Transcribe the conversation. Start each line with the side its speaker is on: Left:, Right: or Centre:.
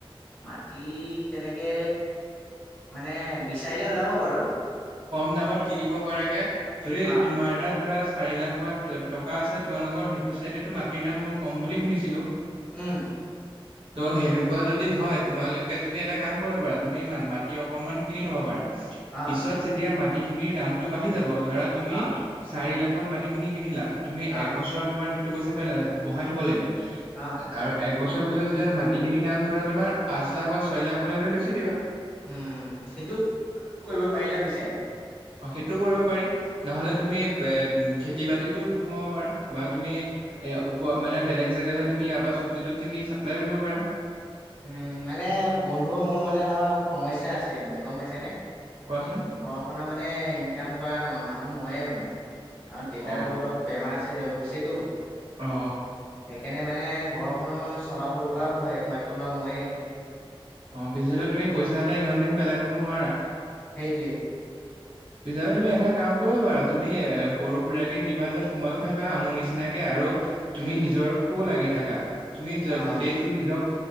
Left: মাটি তেনেকে মানে বিচাৰিলে ওলাব বাৰু
Right: কম দামত কিনিব পৰাগে যদি
Left: অ
Right: তোমাৰ তাত ধৰা চাৰি লাখ মান টকা আছে তোমালোকৰ সেইটো চাইডত মাটিৰ দাম মই কম বুলি শুনিছিলো
Left: উম।
Right: ত সেনেকুৱা যদি হয় তোমালোকে তুমি এটা কাম কৰিব পাৰা তুমি মাটি অকনমান কিনি থব পাৰা
Left: অ
Right: পিছত যে এতিয়া মাটি খিনিৰ দামতটো বাঢ়ি যাব ধৰা তুমি
Left: অ
Right: চাৰি লাখত মাটিখিনি কিনিলা, তুমি
Left: অ
Right: এক বছৰ তোমাৰ সেইটো পইচা পেলা বহাই থ'ব লাগিব।
Left: অ
Right: আৰু এক বছৰৰ পিছত যেতিয়া মাটিখিনি দাম- ধৰা তোমাৰ পাঁচ লাখ বা ছয় লাখ হলে তুমি বেছি দিবা।
Left: উম সেইটো কৰিব পাৰি ন পিছে।
Right: অ সেইটো কৰিব পাৰি নহলে তুমি এ খেতি। খেতি বাতিটো সোমাব পাৰা বা তুমি এ উপ মানে বেলেগ জেগালে তুমি ইয়াৰ পৰা তবজি নি চাপ্লাইও দিব পাৰা
Left: উম মানে বন্ধু মোৰ মানে এটা সমস্যা আছে। গম পাইচা নে?
Right: কোৱাচোন
Left: ঘৰ খনৰ মেইন ইনকম কৰা মান ময়ে মানে আৰু দেতাৰো
Right: অ
Left: অলপ
Right: অ
Left: বেমাৰ আছে হৈছেতো
Right: অ
Left: সেইকাৰণে মানে ঘৰখনো চলাব লগাও হয় একমাত্ৰ লৰা মই এ।
Right: অ পিছলে তুমি পইচা এটা ইমান দিন পেলাই থব নোৱাৰা।
Left: সেইটোৱে।
Right: পিছ তুমি এটা কাম কৰিবা তুমি সৰু সুৰাৰাকে কিবা এটাত সোমাইয়ো থাকা আ মোৰ নিচিনাকে আৰু তুমি
Left: উম
Right: নিজৰটো লাগি থাককা তুমি
Left: অ',
Right: গোটেইটো নিজক